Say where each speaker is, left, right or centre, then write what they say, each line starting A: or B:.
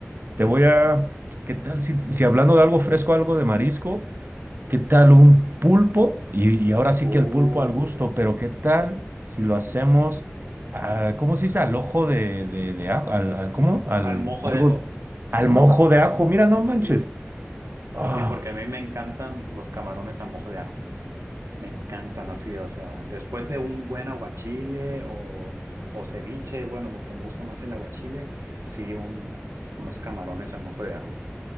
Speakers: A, on the right (about 50°); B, on the right (about 85°).
A: Te voy
B: <laughs>
A: a... ¿Qué tal si, si hablando de algo fresco, algo de marisco? ¿Qué tal un pulpo? Y, y ahora sí
B: Uh,
A: que el pulpo al gusto, pero ¿qué tal si lo hacemos, a- ¿cómo se dice? Al ojo de, de, de ajo, al, al- ¿cómo? Al,
B: al mojo
A: algo,
B: de ajo.
A: al mojo de ajo, mira, no manches.
B: Sí.
A: Ah,
B: Sí, porque a mí me encantan los camarones a mojo de ajo. Me encantan así, o sea, después de un buen aguachile o, o ceviche, bueno, lo que me gusta más el aguachile, sí, un, unos camarones a mojo de ajo.